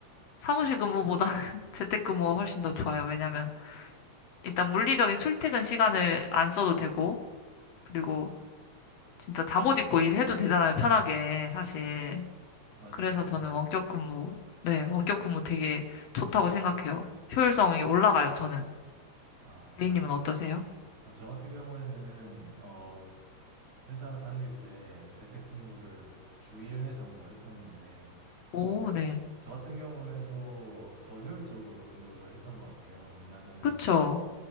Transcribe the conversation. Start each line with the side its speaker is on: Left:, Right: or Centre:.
Left: 사무실 근무보다는 <laughs> 재택근무가 훨씬 더 좋아요. 왜냐면 일단 물리적인 출퇴근 시간을 안 써도 되고, 그리고 진짜 잠옷 입고 일해도 되잖아요. 편하게, 사실.
Right: 맞아요.
Left: 그래서
Right: 그렇게
Left: 저는
Right: 많이
Left: 원격
Right: 하시죠.
Left: 근무, 네, 원격 근무 되게 좋다고 생각해요. 효율성이 올라가요, 저는.
Right: 아,
Left: A님은 어떠세요?
Right: 아, 저 같은 경우에는 어, 회사 다닐 때 재택근무를 주 1회 정도 했었는데
Left: 오,
Right: 어,
Left: 네.
Right: 저 같은 경우에도 더 효율적으로 근무를 했던 것 같아요. 왜냐하면은
Left: 그쵸.